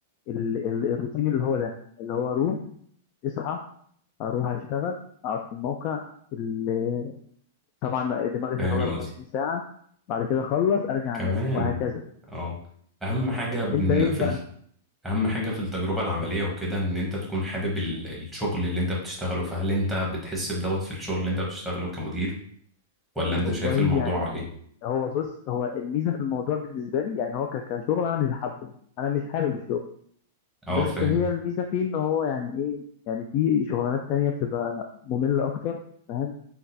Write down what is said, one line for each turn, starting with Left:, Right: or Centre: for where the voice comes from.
Left: ال- ال- الروتين اللي هو ده اللي هو اروح اصحى اروح اشتغل اقعد في الموقع اللي طبعا دماغي شغاله
Centre: فاهم
Left: 24
Centre: قصدي
Left: ساعه بعد كده اخلص ارجع
Centre: كمان
Left: انام وهكذا
Centre: اه اهم حاجة بن-
Left: انت ايه
Centre: في
Left: بقى
Centre: اهم حاجة في التجربة العملية وكده ان انت تكون حابب ال- الشغل اللي انت بتشتغله فهل انت بتحس بدوت في الشغل اللي انت بتشتغله كمدير ولا
Left: والله
Centre: انت شايف الموضوع
Left: يعني
Centre: ايه
Left: هو بص هو الميزه في الموضوع بالنسبه لي يعني هو ك- كشغل انا مش حابه انا مش حابب الشغل
Centre: اه
Left: بس
Centre: فاهم
Left: هي الميزه فيه ان هو يعني ايه يعني في شغلانات تانية بتبقى ممله اكتر فاهم